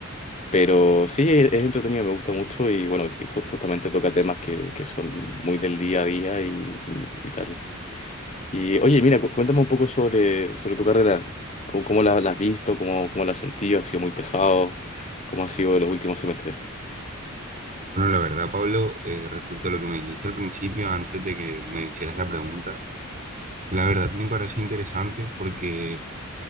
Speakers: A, on the left; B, on the right.
A: Pero sí, es, es entretenido, me gusta mucho y bueno, ju- justamente toca temas que, que son muy del día a día y, y- y tal. Y oye, mira, cu- cuéntame un poco sobre, sobre tu carrera. ¿Cómo, cómo la, la has visto? ¿Cómo, cómo la has sentido? ¿Ha sido muy pesado? ¿Cómo ha sido los últimos semestres?
B: Bueno, la verdad, Pablo, eh, respecto a lo que me dijiste al principio, antes de que me hicieras la pregunta, la verdad me parece interesante porque